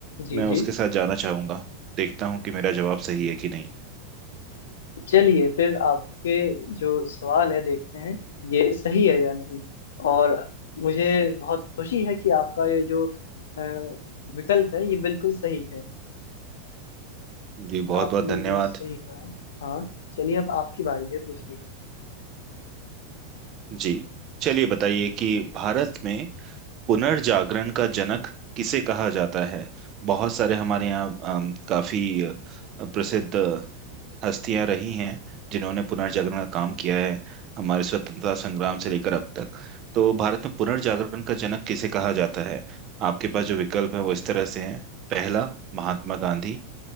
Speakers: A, on the left; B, on the right.
A: जी
B: मैं
A: जी
B: उसके साथ जाना चाहूंगा देखता हूँ कि मेरा जवाब सही है कि नहीं
A: चलिए फिर आपके जो सवाल है देखते हैं ये सही है या नहीं और मुझे बहुत खुशी है कि आपका ये जो अ, विकल्प है ये बिल्कुल सही है
B: जी बहुत
A: आपने
B: बहुत
A: बिल्कुल
B: धन्यवाद
A: सही कहा है हाँ चलिए अब आपकी बारी है पूछने की
B: जी चलिए बताइए कि भारत में पुनर्जागरण का जनक किसे कहा जाता है बहुत सारे हमारे यहाँ अम, काफी अ, प्रसिद्ध हस्तियां रही हैं जिन्होंने पुनर्जागरण का काम किया है हमारे स्वतंत्रता संग्राम से लेकर अब तक तो भारत में पुनर्जागरण का जनक किसे कहा जाता है आपके पास जो विकल्प है वो इस तरह से हैं पहला महात्मा गांधी